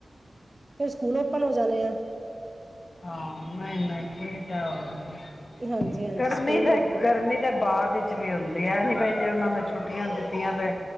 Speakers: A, on the right (about 25°); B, on the left (about 50°).
A: ਫੇਰ ਸਕੂਲ ਔਪਨ ਹੋ ਜਾਣੇ ਐ।
B: ਹਾਂ ਨਹੀਂ ਨਹੀਂ ਠੀਕ ਹੈ ਹੋਰ।
A: ਹਾਂਜੀ-ਹਾਂਜੀ
B: ਗਰਮੀ
A: ਸਕੂਲ
B: ਤੇ
A: ਓਪਨ
B: ਗਰਮੀ ਦੇ ਬਾਅਦ ਵਿੱਚ ਵੀ ਹੁੰਦੀ। ਤੇ ਐ ਨੀ ਬਾਈ ਜੇ ਉਹਨਾਂ ਨੇ ਛੁੱਟੀਆਂ ਦਿੱਤੀਆਂ, ਤੇ